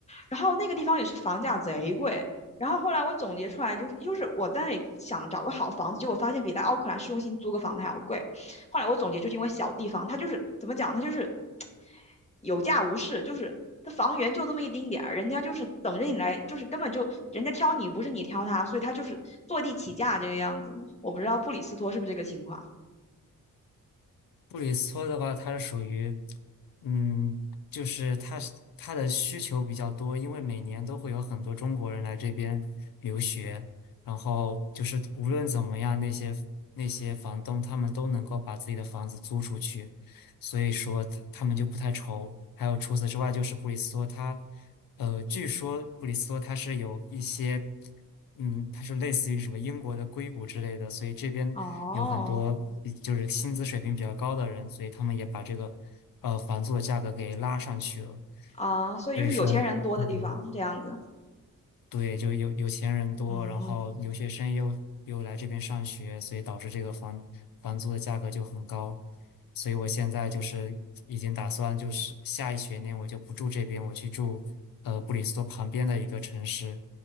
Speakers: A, on the left; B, on the left.
A: 然后那个地方也是房价贼贵。然后后来我总结出来，就是就是我在想找个好房子，结果发现比在奥克兰市中心租个房子还要贵。后来我总结，就是因为小地方，它就是怎么讲，它就是有价无市，就是它房源就这么一丁点儿，人家就是等着你来，就是根本就人家挑你，不是你挑他，所以他就是坐地起价这个样子。我不知道布里斯托是不是这个情况。
B: 布里斯托的话，它是属于，嗯，就是它是它的需求比较多，因为每年都会有很多中国人来这边留学，然后就是无论怎么样，那些那些房东他们都能够把自己的房子租出去，所以说他他们就不太愁。还有除此之外，就是布里斯托它，呃，据说布里斯托它是有一些。嗯，它是类似于什么英国的硅谷之类的，所以这边有很多呃就是薪资水平比较高的人，
A: 哦，
B: 所以他们也把这个呃房租的价格给拉上去了。
A: 啊，所以就是有钱人多的地方这样子。
B: 所以说，嗯对对，就有有钱人多，
A: 嗯，
B: 然后留学生又又来这边上学，所以导致这个房房租的价格就很高。所以我现在就是已经打算，就是下一学年我就不住这边，我去住呃布里斯托旁边的一个城市，